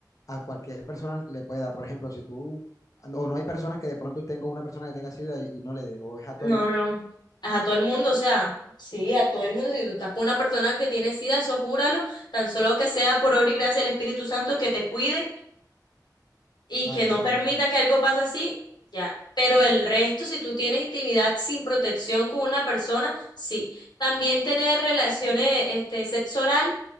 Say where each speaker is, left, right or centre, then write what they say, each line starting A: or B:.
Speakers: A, on the left (about 50°); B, on the left (about 75°).
A: a cualquier persona le puede dar. Por ejemplo, si tú, o no hay personas que de pronto estén con una persona que tenga SIDA y, y no le dé, o es a todo
B: No,
A: el mundo.
B: no. A todo el mundo, o sea, sí, a todo el mundo. Si tú estás con una persona que tiene sida, eso júralo, tan solo que sea por obra y gracia del Espíritu Santo que te cuide y
A: Ah,
B: que
A: no
B: no
A: sabía.
B: permita que algo pase así, ya. Pero el resto, si tú tienes intimidad sin protección con una persona, sí. También tener relaciones, este, sexo oral